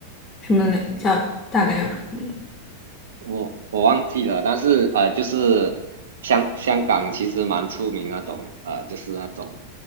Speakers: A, on the left; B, on the right.
A: 什么叫大概有什么
B: 我我忘记了，但是呃，就是香香港其实蛮出名那种呃，就是那种